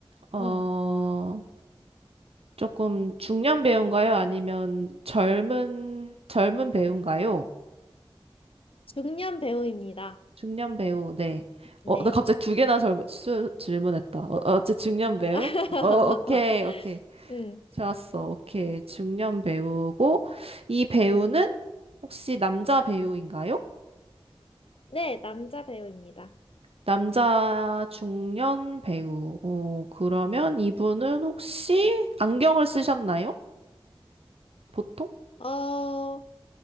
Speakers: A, on the right; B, on the left.
A: 어,
B: 응.
A: 조금 중년 배우인가요? 아니면 젊은, 젊은 배우인가요?
B: 중년 배우입니다.
A: 중년 배우, 네.
B: 네.
A: 어, 나 갑자기 두 개나 젊, 수, 질문했다. 어, 어째 중년 배우?
B: <laughs>
A: 어, 오케이, 오케이.
B: 응.
A: 좋았어, 오케이. 중년 배우고, 이 배우는 혹시 남자 배우인가요?
B: 네, 남자 배우입니다.
A: 남자 중년 배우. 어, 그러면 이분은 혹시 안경을 쓰셨나요? 보통?
B: 어,